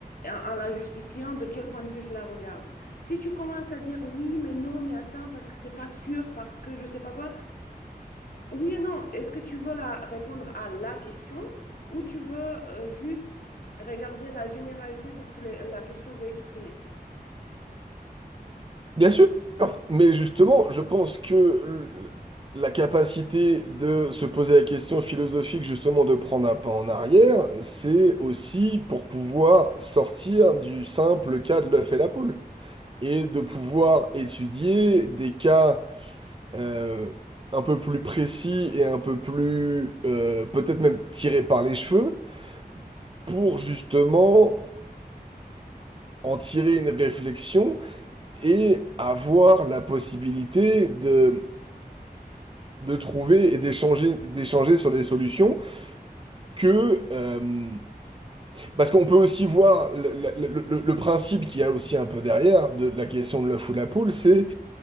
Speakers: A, on the left; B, on the right.
A: en, en la justifiant de quel point de vue je la regarde. Si tu commences à dire oui, mais non, mais attends, parce que c'est pas sûr, parce que je sais pas quoi, oui et non, est-ce que tu veux la, répondre à la question ou tu veux euh, juste regarder la généralité de ce que la la question veut exprimer?
B: bien sûr. Mais justement, je pense que l- la capacité de se poser la question philosophique, justement, de prendre un pas en arrière, c'est aussi pour pouvoir sortir du simple cas de l'œuf et la poule. et de pouvoir étudier des cas euh, un peu plus précis et un peu plus euh, peut-être même tirés par les cheveux pour justement en tirer une réflexion et avoir la possibilité de, de trouver et d'échanger d'échanger sur des solutions que euh, parce qu'on peut aussi voir le, le- le- le principe qu'il y a aussi un peu derrière de la question de l'œuf ou la poule, c'est